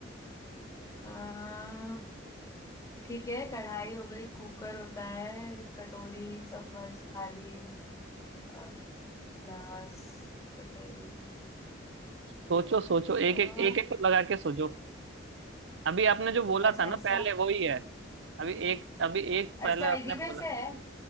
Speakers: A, on the left (about 15°); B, on the right (about 70°).
A: आ, ठीक है कढ़ाई हो गई कुकर होता है कटोरी चम्मच थाली अ, ग्लास कटोरी
B: सोचो सोचो
A: अ,
B: एक एक एक एक को लगा के सोचो अभी आपने जो बोला
A: अच्छा
B: था ना
A: ऐसा
B: पहले वही है अभी एक अभी एक पहले
A: अच्छा
B: आपने
A: एक ही
B: बोला
A: में से है